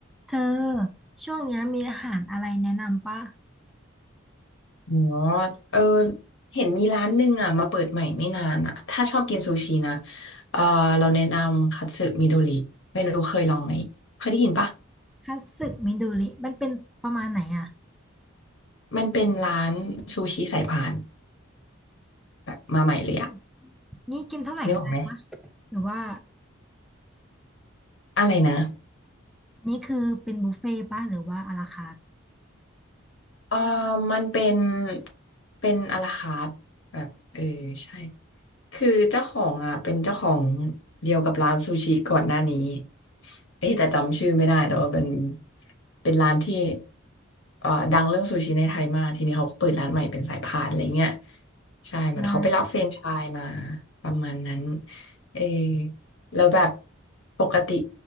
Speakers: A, in the centre; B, on the left.
A: เธอช่วงเนี้ยมีอาหารอะไรแนะนำปะ
B: อ๋อเออเห็นมีร้านหนึ่งอ่ะมาเปิดใหม่ไม่นานอ่ะถ้าชอบกินซูชินะเออเราแนะนำคัตสึมิโดริไม่รู้เคยลองไหม เคยได้ยินปะ
A: คัตสึมิดูริมันเป็นประมาณไหนอ่ะ
B: มันเป็นร้านซูชิสายพานแบบมาใหม่เลยอ่ะ
A: อืมนี่กินเท่าไหร่ก็ได้ป่ะ
B: นึกออกไหม
A: หรือว่า
B: อะไรนะ
A: อันนี้คือเป็นบุฟเฟ่ต์ป่ะหรือว่าอาราคาร์ท
B: เออมันเป็น เป็นอะลาคาร์ทแบบเออใช่ คือเจ้าของอ่ะเป็นเจ้าของเดียวกับร้านซูชิก่อนหน้านี้เอ้ยแต่จำชื่อไม่ได้แต่ว่าเป็นเป็นร้านที่เอ่อดังเรื่องซูชิในไทยมากทีนี้เขาก็เปิดร้านใหม่เป็นสายพานอะไรเงี้ยใช่เหมือนเขาไปรับแฟรนไชส์มา
A: อ่า
B: ประมาณนั้นเออแล้วแบบปกติ